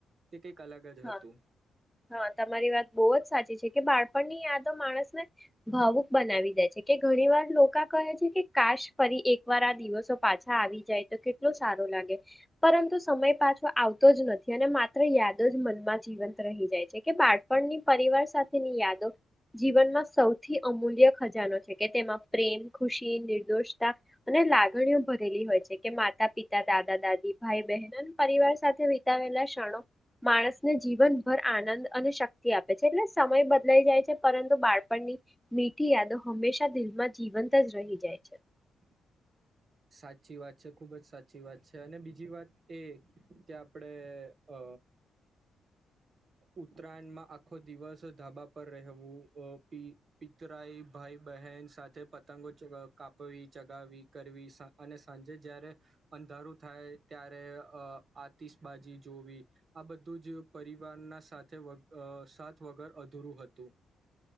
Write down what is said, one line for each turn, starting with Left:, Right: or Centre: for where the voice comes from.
Right: છે. તે કંઈક અલગ જ
Centre: હા
Right: હતું
Centre: હા તમારી વાત બહુ જ સાચી છે કે બાળપણની યાદો માણસ ભાવુક બનાવી દે છે કે ઘણી વાર લોકા કહે છે કે કાશ ફરી એકવાર આ દિવસો પાછા આવી જાય તો કેટલો સારો લાગે પરંતુ સમય પાછો આવતો જ નથી અને માત્ર યાદ જ મનમાં જીવંત રહી જાય છે કે બાળપણની પરિવાર સાથેની યાદ, જીવનમાં સૌથી થી અમૂલ્ય ખજાનો છે કે તેમાં પ્રેમ ખુશી નિર્દોષતા અને લાગણીઓ લી હોય છે કે માતા પિતા, દાદા દાદી ભાઈ, બહેનો અને પરિવાર સાથે વિતાવેલા ક્ષણો માણસને જીવનભર આનંદ અને શક્તિ આપે છે, એટલે સમય બદલાઈ જાય છે. પરંતુ બાળપણની મીઠી યાદો હંમેશા દિલમાં જીવંત જ રહી જાય છે.
Right: <unintelligible> સાચી વાત છે ખૂબ જ સાચી વાત છે, અને બીજી વાત એ કે આપણે અ ઉત્તરાયણમાં આખો દિવસ ધાબા પર રહેવું પ પિતરાઈ ભાઈ બહેન સાથે પતંગો કાપવી, ચગાવી કરવી અને સાંજે જય્યારે અંધારું થાય ત્યારે આતિશબાજી જોવી આ બધું જ પરિવારના સાથ વગર અધૂરું હતું.